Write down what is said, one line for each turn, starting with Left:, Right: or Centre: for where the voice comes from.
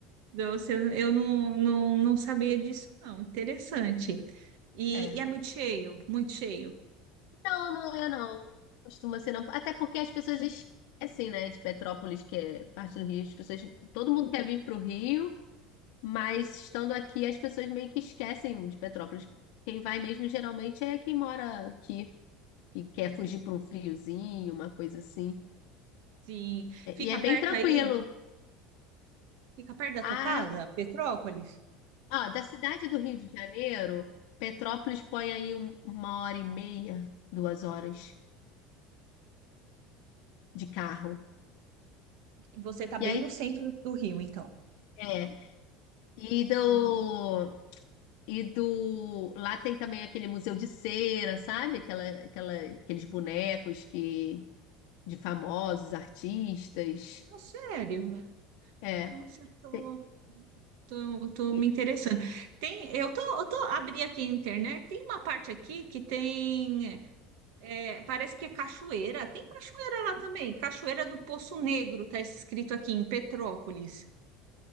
Right: Nossa, eu, eu não, não, não sabia disso, não. Interessante. E,
Left: É.
Right: e é muito cheio, muito cheio.
Left: Não, não é não. Costuma ser não. Até porque as pessoas esquecem, né, de Petrópolis, que é parte do Rio. As pessoas, todo mundo quer vir para o Rio, mas estando aqui as pessoas meio que esquecem de Petrópolis. Quem vai mesmo geralmente é quem mora aqui, que quer fugir para um friozinho, uma coisa assim.
Right: Sim.
Left: É-
Right: Fica
Left: E é bem
Right: perto
Left: tranquilo.
Right: aí? Fica perto da
Left: Ah,
Right: tua casa, Petrópolis?
Left: ó, da cidade do Rio de Janeiro, Petrópolis põe aí um- uma hora e meia, duas horas de carro.
Right: Você tá bem
Left: E aí,
Right: no centro do Rio, então.
Left: é, e do
Right: Hum.
Left: E do. Lá tem também aquele museu de cera, sabe? Aquela, aquela, aqueles bonecos que de famosos, artistas.
Right: Não, sério?
Left: É.
Right: Nossa, eu tô,
Left: Tem-
Right: tô, tô
Left: e-
Right: me interessando. Tem, eu tô, eu tô abri aqui a internet, tem uma parte aqui que tem, é, parece que é cachoeira. Tem cachoeira lá também. Cachoeira do Poço Negro, tá escrito aqui em Petrópolis.